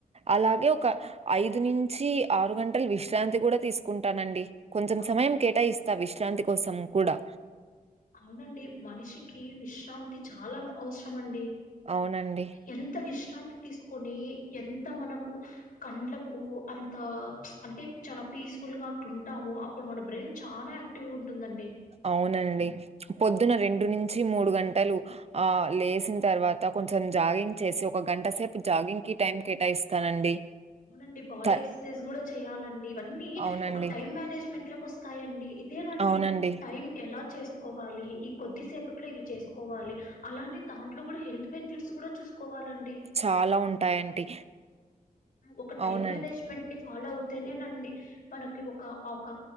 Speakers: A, on the right; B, on the left.
A: అలాగే ఒక ఐదు నుంచి ఆరు గంటలు విశ్రాంతి కూడా తీసుకుంటానండి కొంచెం
B: అవునండి.
A: సమయం కేటాయిస్తా విశ్రాంతి కోసం కూడా
B: అవునండి మనిషికి విశ్రాంతి చాలా అవసరం అండి
A: అవునండి.
B: ఎంత విశ్రాంతి తీసుకొని ఎంత మనకు కండ్లకు అంత అంటే చాలా పీస్ఫుల్ గా అట్ల ఉంటాము అప్పుడు మన బ్రెయిన్ చాన అక్ టివ్గ ఉంటుందండి
A: అవునండి పొద్దున రెండు నుంచి మూడు గంటలు ఆ లేసిన తర్వాత కొంచెం జాగింగ్ చేసి ఒక గంట సేపు జాగింగ్ కి టైం కేటాయిస్తానండి
B: అవునండి బాడీ
A: త
B: ఎక్సర్సైజ్ కూడా చెయాలండి ఇవన్నీ
A: అవునండి.
B: ఒక టైం మేనేజ్మెంట్ లోకి వస్తాయండి అదేనండి
A: అవునండి.
B: టైం ఎలా చేస్ కోవాలి ఈ కొద్దిసేపట్లో ఇవి చేసుకోవాలి అలానే దాంట్లో కూడా హెల్త్ బెనిఫిట్స్ కూడా చూ కోవాలండి
A: చాలా ఉంటాయండి
B: ఒక టైం
A: అవునం
B: మేనేజ్మెంట్ ని ఫాలో అవుతేనేనండి మనకి ఒక ఒక